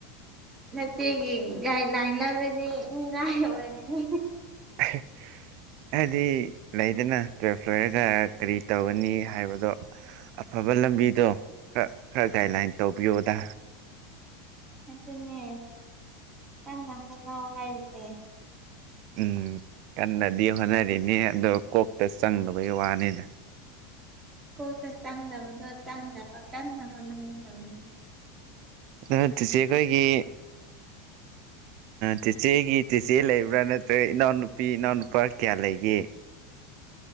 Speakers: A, on the right; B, on the right.
A: ꯅꯆꯦꯒꯤ ꯒꯥꯏꯗ ꯂꯥꯏꯟ ꯂꯧꯔꯗꯤ ꯃꯤꯅꯥꯒꯤ ꯑꯣꯏꯔꯅꯤ
B: <unintelligible> ꯍꯥꯏꯗꯤ ꯂꯩꯗꯅ ꯇꯨꯋꯦꯜꯐ ꯐ꯭ꯂꯣꯔꯔꯗ ꯀꯔꯤ ꯇꯧꯒꯅꯤ ꯍꯥꯏꯕꯗꯣ ꯑꯐꯕ ꯂꯝꯕꯤꯗꯣ ꯈꯔ ꯈꯔ ꯒꯥꯏꯗꯂꯥꯏꯟ ꯇꯧꯕꯤꯌꯣꯗ
A: ꯑꯗꯨꯅꯦ ꯀꯟꯅ ꯍꯣꯠꯅꯧ ꯍꯥꯏꯔꯤꯁꯦ
B: ꯎꯝ ꯀꯟꯅꯗꯤ ꯍꯣꯠꯅꯔꯤꯅꯤ ꯑꯗꯣ ꯀꯣꯛꯇ ꯆꯪꯗꯕꯒꯤ ꯋꯥꯅꯤꯅ
A: ꯀꯣꯗ ꯆꯥꯡ ꯃ ꯆꯥꯡ ꯄ ꯀꯥꯟꯅ ꯐ ꯅꯅꯤ
B: ꯑꯗꯨꯠꯇꯁꯤ ꯑꯩꯈꯣꯏꯒꯤ ꯆꯦꯆꯦꯒꯤ ꯆꯦꯆꯦ ꯂꯩꯕ꯭ꯔꯥ ꯅꯠꯇ꯭ꯔꯒ ꯏꯅꯥꯎꯅꯨꯄꯤ ꯏꯅꯥꯎꯅꯨꯄꯥ ꯀꯌꯥ ꯂꯩꯒꯦ